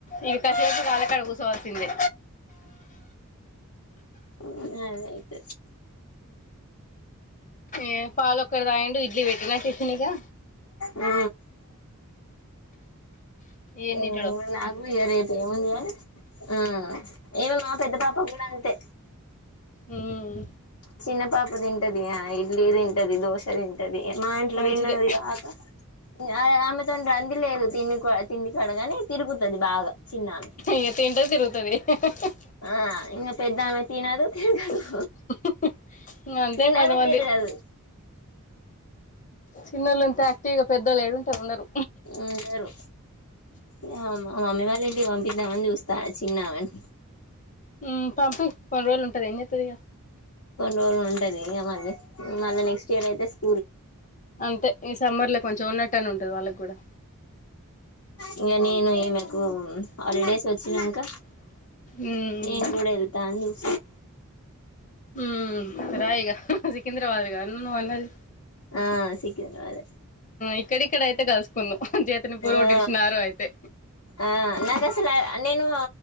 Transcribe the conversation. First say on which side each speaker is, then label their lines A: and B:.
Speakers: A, on the left; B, on the left.
A: ఇగ కసేపు <unintelligible> కూసోచ్చు. తిన్లే
B: ఆ ఇగ అదె అయితది.
A: ఏ పాలు ఒక్కటి తాగిండు ఇడ్లీ పెట్టిన టి తినిగా
B: ఆ
A: ఏన్ని
B: పోదువులే ఆగు ఇగ రేపు ఏముంది కాని ఆ ఎ మా పెద్ద పాప కూడా అంతే
A: ఉమ్
B: చిన్న పాప తింటది యా ఇడ్లీ తింటది, దోశ తింటది. మా ఇంట్ల
A: మంచిదే
B: తిన్నదికాక ఇగ ఆమె దాని రందిలేదు తినే కాడా తిండి కడగాని తిరుగుతది బాగా చిన్నమె
A: ఇగ తింటది తిరుగుతది హ హ
B: ఆ ఇంగ పెద్దామె తినదు, తిరగదు.
A: హ్ హ్ ఇగ అంతే
B: తినదు
A: కొంతమంది
B: తిరగదు
A: చిన్నోళ్ళంత యాక్టివ్గా పెద్ద ల్లు ఏడుంటరు ఉండరు.
B: ఉండరు. ఇగ మా మమ్మీ వాళ్ళ ఇంటికి పంపిద్దామని చూస్తాన్న చిన్నామేని
A: హ్మ్ పంపియి కొన్ని రోజులు ఉంటది ఎం చేత్తది ఇగ
B: రోల్ ఉంటది ఇగ మళ్ళీ మళ్ళ నెక్స్ట్ ఇయర్ అయితే స్కూల్
A: అంతే ఈ సమ్మర్ లో కొంచెం ఉన్నట్టు అన్న ఉంటది వాళ్ళకి కూడా
B: ఇంగ నేను ఇమెకు హాలిడేస్ వచ్చినంక
A: మ్మ్
B: నేను కూడా ఎళ్తా అని చూస్
A: హ్మ్ రాయిగా సికింద్రాబాద్ గద నువ్వు అన్నది
B: ఆ సికింద్రాబాద్
A: ఇక్కడిక్కడైతే కు చేతని పూర్గు
B: ఆ
A: నిలిచినారు అయితే
B: ఆ నాకు అసలు నేను